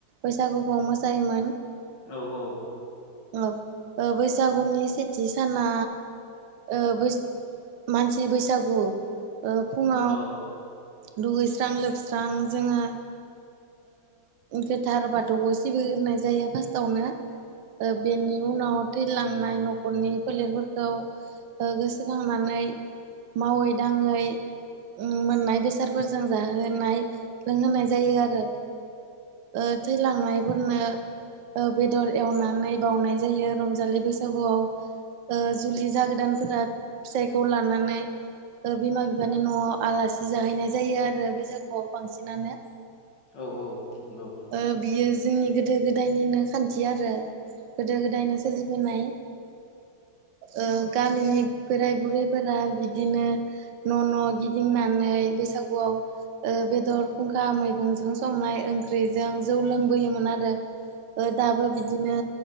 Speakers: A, on the right; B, on the left.
A: बैसागुखौ मोसायोमोन।
B: औ औ
A: औ ओ-बैसागुनि सेथि साना। ओ बै मानसि बैसागु ओ फुङा
B: औ
A: दुगैस्रां लोबस्रां जोङो। गोथार बाथौखौ सिबिग्रोनाय जायो फार्स्टआवनो। बेनि उनाव थैलांनाय नखरनि फोलेरफोरखौ। खौ गोसोखांनानै मावै दाङै। मोननाय बेसादफोरजों जाहोनाय लोंहोनाय जायो आरो। ओ-थैलांनाय फोरनो बेदर एवनानै बावनाय जायो रंजालि बैसागुआव। जुलि जागोदानफोरा फिसाइखौ लानानै। बिमा बिफानि नआव आलासि जाहैनाय जायो आरो बैसागुआव बांसिनानो।
B: औ औ नंगौ
A: ओ-बियो जोंनि गोदो गोदायनिनो खान्थि आरो। गोदो गोदायनो सोलिबोनाय। ओ गामिनि बोराइ-बुरैफोरा बिदिनो। न न गिदिंनानै बैसागुआव। ओ बेदर खुंखा मैगंजों संनाय ओं सुख्रिजों जौ लोंबोयोमोन आरो दाबो बिदिनो।